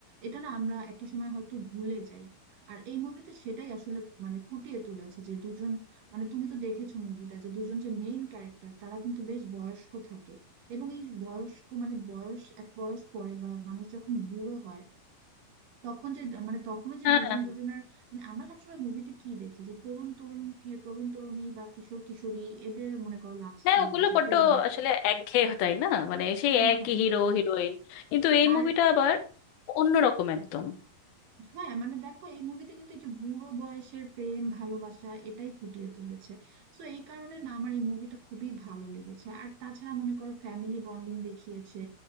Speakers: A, on the right; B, on the left.
A: এটা না আমরা একটা সময় হয়তো ভুলে যাই আর এই মুভিতে সেটাই আসলে মানে ফুটিয়ে তুলেছে যে দুজন মানে তুমি তো দেখেছো মুভিটা যে দুজন যে মেইন ক্যারেক্টার তারা কিন্তু বেশ বয়স্ক থাকে এবং এই বয়স্ক মানে বয়স এক বয়স পরে বা মানুষ যখন বুড়ো হয় তখন যে মানে তখনও যে
B: হ্যাঁ
A: দুজন দুজনের মানে আমরা সবসময় মুভিতে কি দেখি যে তরুণ তরুণ কি তরুণ তরুণী বা কিশোর কিশোরী এদের মনে করো লাভ
B: হ্যাঁ
A: স্টোরি
B: ওগুলো
A: দেখি
B: বড্ড
A: প্রেম দেখি
B: আসলে একঘেয়ে তাই না মানে সেই
A: হ্যাঁ
B: একই
A: হ্যাঁ
B: হিরো হিরোইন কিন্তু এই
A: আর
B: মুভিটা আবার অন্যরকম একদম
A: হ্যাঁ মানে দেখো এই মুভিতে কিন্তু এই যে বুড়ো বয়সের প্রেম ভালোবাসা এটাই ফুটিয়ে তুলেছে তো এই কারণে না আমার এই মুভিটা খুবই ভালো লেগেছে আর তাছাড়া মনে করো ফ্যামিলি বন্ডিং দেখিয়েছে